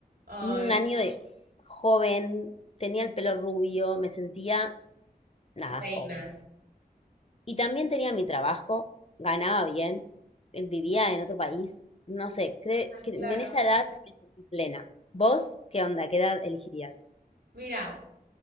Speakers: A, on the right; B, on the left.
A: Ay,
B: Un año de joven, tenía el pelo rubio, me sentía nada
A: reina.
B: joven. Y también tenía mi trabajo, ganaba bien, eh, vivía en otro país. No sé, cre- que
A: Claro.
B: en esa edad me sentí plena. ¿Vos qué onda? ¿Qué edad elegirías?
A: Mira,